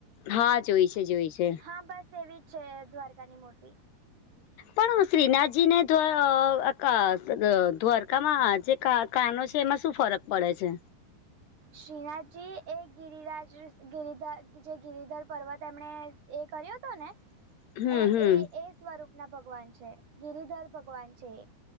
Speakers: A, on the left; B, on the right.
A: હા, જોઈ છે જોઈ છે.
B: હા બસ એવી જ છે દ્વારકાની મૂર્તિ.
A: પણ શ્રીનાથજીને દ્વવ ક દ દ્વારકામાં જે કા કાનો છે એમાં શું ફરક પડે છે.
B: શ્રીનાથજી એ ગિરિરાજ જે ગીરધા જે ગિરિધર પર્વત એમણે એ કર્યો તો ને?
A: <inaudible>
B: અ
A: હમ
B: એ એ એ સ્વરૂપના ભગવાન છે ગિરિધર ભગવાન છે એ.